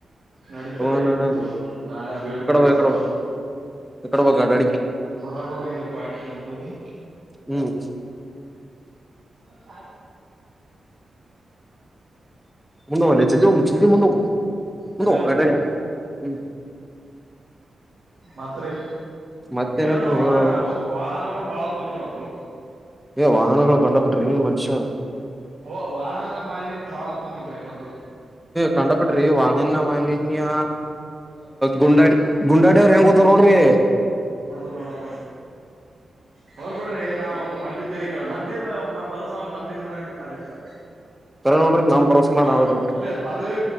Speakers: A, on the right; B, in the centre.
A: ನಡೀತಾರೆ
B: ತಗೋಣ
A: ನಿಮ್ದು ನಾಳೆ ಬೀಳ್ಕೊಡ
B: ಇಕಡ ಬಾ ಇಕಡ
A: ಸಾರ
B: ಬಾ ಇಕಡ ಬಾ ಗಾಡಿ
A: ಬರಬರ ವರ ಪಂಟ್ ನಿಮಕುದು
B: ಹ್ಮ್
A: ಹ
B: ಮುಂದ ಜೋಗ ಜಲ್ಮುಂದ ಹೋಗ ಹ
A: ಸರಿ ಅದ
B: ವಟರ
A: ರೀ
B: ಹ್ಮ
A: ಮತ್ರಿ
B: ಮತ್ತೇನಲ್ರಿ
A: ಏನು ಹೊರಗ
B: ನೀವ್ ಹೇಳ್ಬೇಕು
A: ವಾಹನಗಳು ಬಾಳತ್ ನೋಡ್ರಿನ್ರು
B: ಏ ವಾಹನಗಳು ಕಂಡ ಬಿಟ್ರಿ ಮನುಷ್ಯ
A: ಓ ವಾಹನ ಮಾಲಿನ್ಯ ಬಾಳತ ನೋಡ್ರಿ ಏನಾದ್ರು
B: ತಂಡಪಟ್ರಿ ವಾಹನ ಮಾಲಿನ್ಯ ಗುಂಡಾಡಿ ಗುಂಡಾಡಿಯ ಅವ್ರ ಹೆಂಗ ಗತ್ತಾರ ನೋಡ್ರಿ
A: ಹೊಡದ ನೋಡ ತಗಲ್ ಬಿಡ್ರಿ ನಾವು ಮಂದಿ ಲಿ ಕೇಳ ಮಂದಿ ಬರೋಸಲ್ ಬಂದಿಲ್ರಿ ನಾವ್ ಇಲ್ಲಿ ಕಾಲೇಜ್ಗ
B: ಕರ ನೋಡ್ರಿ ನಮ್ ಬರೋಸ್ ಮ್ಯಾಲ್
A: ಪ
B: ನಾವ್ ಅದಿವ್
A: ಇಲ್ಲ ಪದವಿ